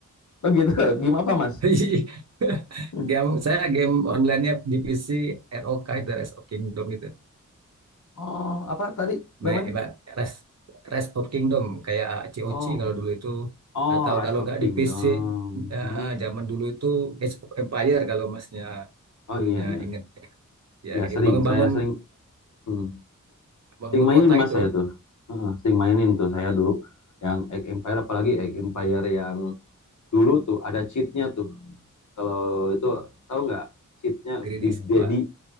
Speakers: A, on the left; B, on the right.
A: Oh gitu <laughs> game apa Mas?
B: <laughs>
A: Hmm.
B: Game saya game online-nya di PC ROK itu Rise of Kingdom itu.
A: Oh apa tadi namanya?
B: Baik, baik. Rise, Rise of Kingdom kayak c
A: Oh,
B: o c kalau dulu itu
A: oh
B: atau
A: Rise
B: kalau
A: of
B: nggak
A: Kingdom.
B: di PC eh,
A: Hmm.
B: zaman dulu itu Age of Empire kalau masnya
A: Oh
B: dulunya
A: iya iya.
B: inget ya
A: Ya
B: kayak
A: sering,
B: gitu bangun-bangun
A: saya sering hmm.
B: bangun
A: sering mainin
B: kota
A: Mas
B: gitu
A: saya tuh. Heeh, sering mainin tuh saya dulu yang Age Empire apalagi Age Empire yang dulu tuh ada cheatnya tuh kalau itu tahu nggak cheatnya
B: Gridis
A: Big Daddy
B: wah